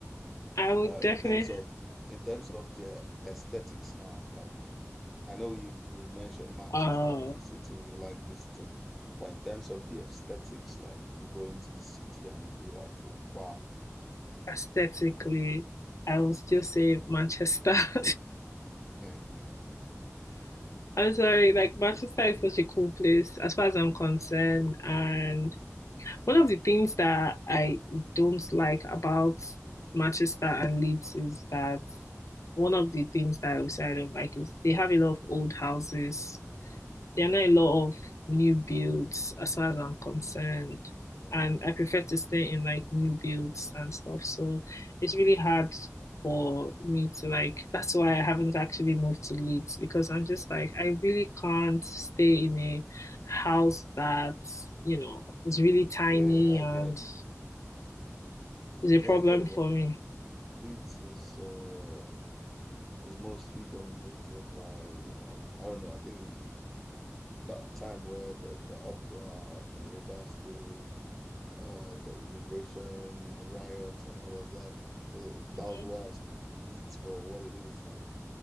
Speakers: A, on the left; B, in the centre.
A: I would
B: uh
A: definitely,
B: in terms of in terms of their aesthetics now, like I know you we've mentioned Manchester
A: uh,
B: as the city we like visiting, but in terms of the aesthetics, like you go into the city and you be like, wow.
A: aesthetically, I would still say Manchester. <laughs>
B: <laughs>
A: I'm sorry, like Manchester is such a cool place as far as I'm concerned, and One of the things that I don't like about Manchester and Leeds is that one of the things that I would say I don't like is they have a lot of old houses. There are not a lot of new builds as far as I'm concerned.
B: Mm, yeah.
A: And I prefer to stay in like new builds and stuff. So it's really hard for me to like, that's why I haven't actually moved to Leeds because I'm just like, I really can't stay in a house that, you know, is really tiny
B: Yeah,
A: and
B: I get
A: is a
B: yeah,
A: problem
B: I get it.
A: for me.
B: Leeds is uh is mostly dominated by, you know, I don't know, I think that time where the, the opera in regards to uh the immigration riots and all of that, uh,
A: hmm
B: that was where I saw Leeds for what it is. Like